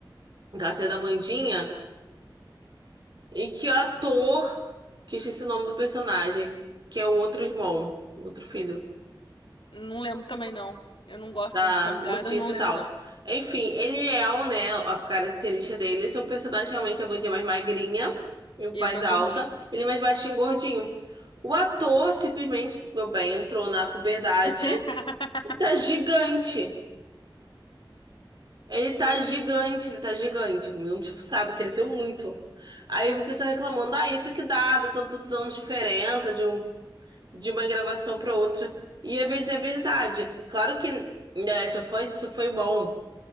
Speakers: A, on the right; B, on the left.
A: aquela cena da Wandinha, e que o ator, que eu esqueci o nome do personagem, que é o outro irmão, o outro filho.
B: não lembro também não. Eu não gosto
A: da
B: muito de familiares,
A: Mortícia
B: não lembro
A: e tal.
B: não.
A: Enfim, ele é, o, né, a característica dele, esse é o personagem realmente é a Wandinha mais magrinha, e mais
B: E ele mais
A: alta,
B: gordinho.
A: ele é mais baixinho e gordinho. O ator simplesmente, meu bem, entrou na puberdade
B: <laughs>
A: e tá gigante. Ele tá gigante, ele tá gigante. Não, tipo, sabe, cresceu muito. Aí
B: E,
A: o pessoal reclamando, ah, isso que dá, dá tantos anos de diferença de, um, de uma gravação pra outra. E às vezes é verdade. Claro que em The Last of Us isso foi bom.